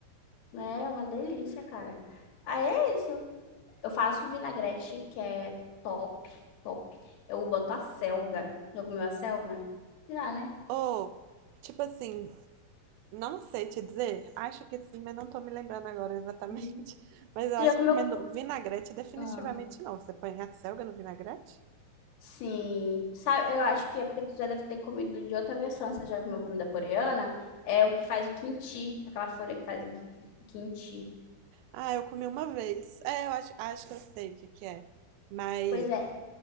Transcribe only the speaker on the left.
É uma delícia, cara. Aí é isso. Eu faço vinagrete que é top, top. Eu boto a selga. Já comeu a selga? Já, né?
Uhum.
Tu
já comeu?
Ah,
sim. Sabe, eu acho que é porque tu já deve ter comido de outra versão. Você já comeu comida coreana? É o que faz o kimchi, aquela folha que faz o ki- kimchi.
Pois é,